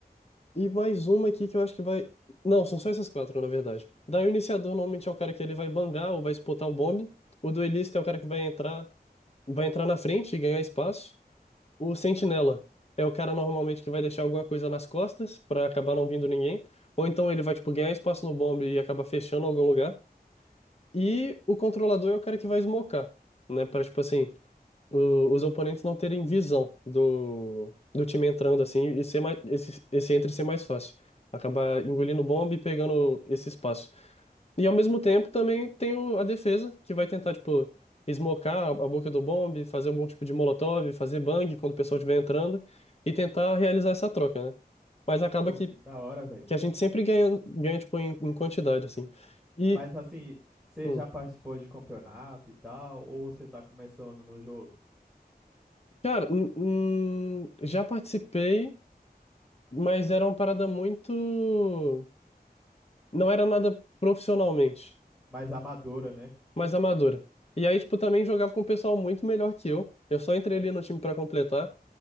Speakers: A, on the left; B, in the centre.
A: E mais uma aqui que eu acho que vai. Não, são só essas quatro, na verdade. Daí o iniciador normalmente é o cara que ele vai bangar ou vai espotar o bombe. O duelista é o cara que vai entrar, vai entrar na frente e ganhar espaço. O sentinela é o cara normalmente que vai deixar alguma coisa nas costas pra acabar não vindo ninguém. Ou então ele vai tipo ganhar espaço no bombe e acaba fechando algum lugar. E o controlador é o cara que vai smocar, né? Para tipo assim, o- os oponentes não terem visão do, do time entrando assim e ser mais, esse, esse entre ser mais fácil. Acabar engolindo bomba e pegando esse espaço. E ao mesmo tempo também tem o- a defesa, que vai tentar, tipo, esmocar a, a boca do bombe, fazer algum tipo de molotov, fazer bang quando o pessoal estiver entrando e tentar realizar essa troca, né? Mas acaba
B: Pô,
A: que,
B: que da hora, velho.
A: que a gente sempre ganha, ganha tipo, em, em quantidade, assim. E,
B: Mas assim, você
A: hum,
B: já participou de campeonato e tal, ou você tá começando no jogo?
A: cara, hum, hum, já participei. Mas era uma parada muito. Não era nada profissionalmente,
B: Mais amadora, né?
A: mas amadora. E aí, tipo, também jogava com um pessoal muito melhor que eu. Eu só entrei ali no time pra completar.